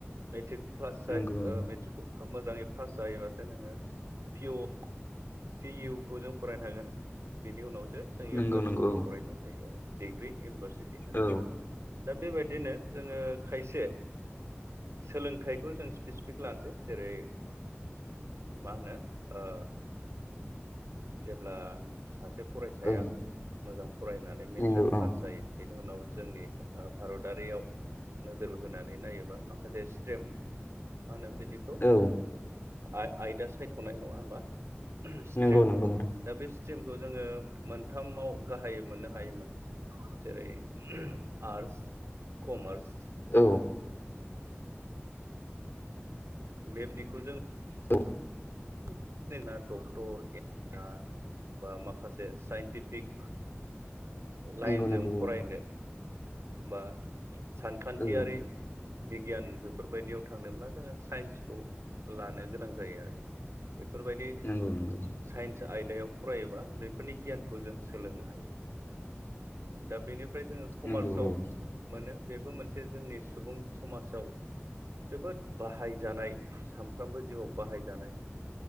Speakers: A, on the right; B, on the left.
A: मेट्रिक प्लास जाय
B: नंगौ
A: ओ
B: औ
A: मेट्रिकखौ मोजाङै फास जायोबासो नोङो पिअ पि इउ खौ जों फरायनो हागोन बेनि उनावसो जों
B: नंगौ
A: इउनिभारसिटि
B: नंगौ
A: फरायनो हायो आरो। डिग्रि इउनिभारसिटि नंगौ,
B: औ
A: दा बेबायदिनो जोङो खायसे सोलोंथाइखौ जों स्पेसिफिक लानोसै जेरै- मा होनो ओ जेब्ला सासे फरायसाया
B: औ
A: मोजां फरायनानै मेट्रिक
B: नंगौ औ
A: फास जायो बेनि उनाव जोंनि भारतारियाव नोजोर होनानै नायोबा माखासे स्ट्रिम माहोनो बेखौ
B: औ
A: आयदा सायख'नाय नङा होमबा स्ट्रिम,
B: नंगौ नंगौ नोंथां
A: दा बे स्टिमखौ जोङो मोनथामाव गाहायै मोननो हायोमोन जेरै- आर्टस, कमार्स
B: औ
A: बेबदिखौ जों
B: औ
A: जोंना डक्टर, इन्जिनियार बा माखासे साइन्टिफिक लाइनजों
B: नंगौ नंगौ
A: फरायनो बा सानखान्थियारि
B: औ
A: बिगियान बेफोरबायदियाव थांनोब्ला जोङो साइन्सखौ लानो गोनां जायो आरो। बेफोरबायदि
B: नंगौ नंगौ
A: साइन्स आय दायाव फरायोबा बेफोरनि गियानखौ जों सोलोंनो हायो। दा बेनि फ्राय जोङो कमार्सआव
B: नंगौ औ
A: मोनो बेबो मोनसे जोंनि सुबुं समाजाव जोबोद बाहायजानाय सानफ्रामबो जिउआव बाहायजानाय